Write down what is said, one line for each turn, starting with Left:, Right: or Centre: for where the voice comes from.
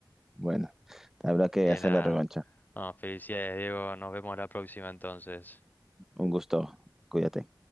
Centre: Bueno, habrá que
Left: Bien,
Centre: hacer
Left: nada.
Centre: la revancha.
Left: Ah, felicidades, Diego. Nos vemos la próxima entonces.
Centre: Un gusto. Cuídate.